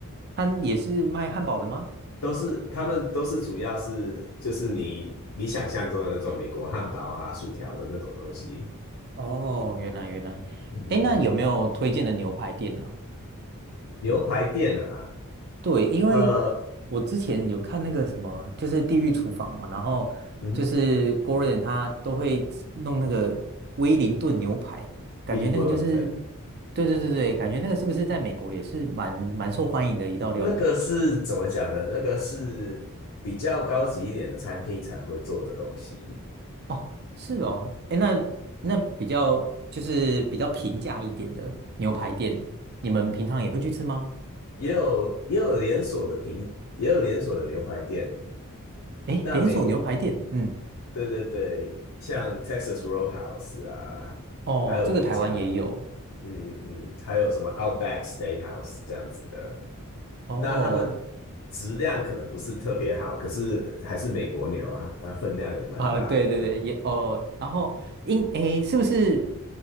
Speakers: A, on the right (about 45°); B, on the left (about 75°).
A: 他也是卖汉堡的吗？
B: 都是他们都是主要是就是你你想象中的那种美国汉堡啊、薯条的那种东西。
A: 哦，原来原来，
B: 嗯嗯嗯
A: 哎，那有没有推荐的牛排店啊？
B: 牛排店啊，
A: 对，因为我之前有看那个什么，
B: 呃，
A: 就是《地狱厨房》嘛，然后就是
B: 嗯哼
A: Gordon 他都会弄那个威灵顿牛排，感觉那个就是，
B: ，Beef Wellington
A: 对对对对，感觉那个是不是在美国也是蛮蛮受欢迎的一道料理？
B: 那个是怎么讲呢？那个是比较高级一点的餐厅才会做的东西，
A: 哦，是哦，哎，那那比较就是比较平价一点的牛排店，你们平常也会去吃吗？
B: 也有也有连锁的平，也有连锁的牛排店。
A: 诶，
B: 那美国，
A: 连锁牛排店，嗯，
B: 对对对，像 Texas Roadhouse 啊，
A: 哦，
B: 还有别家，
A: 这个台湾也有，
B: 嗯嗯嗯，嗯还有什么 Outback Steakhouse 这样子的，
A: 哦，
B: 那他们质量可能不是特别好，可是还是美国牛啊，啊分量也蛮大的，
A: 啊，对对对，也哦，然后因诶，是不是